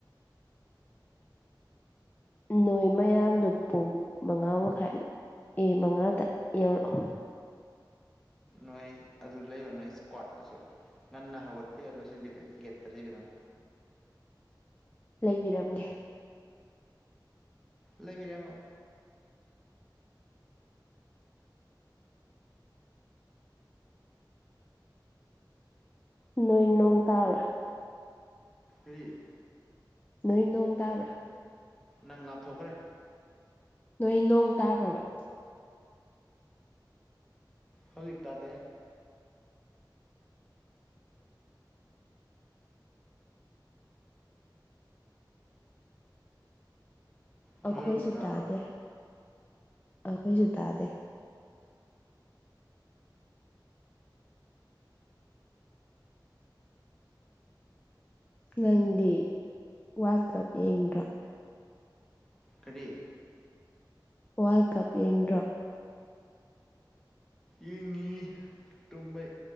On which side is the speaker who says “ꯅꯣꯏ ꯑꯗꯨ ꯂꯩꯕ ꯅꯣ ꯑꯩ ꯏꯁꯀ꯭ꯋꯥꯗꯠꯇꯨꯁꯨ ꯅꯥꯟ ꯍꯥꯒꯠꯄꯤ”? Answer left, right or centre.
Centre